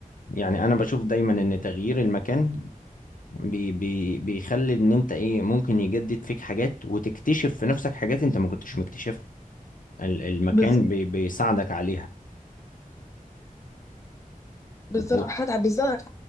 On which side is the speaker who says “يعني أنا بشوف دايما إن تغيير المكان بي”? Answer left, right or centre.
Left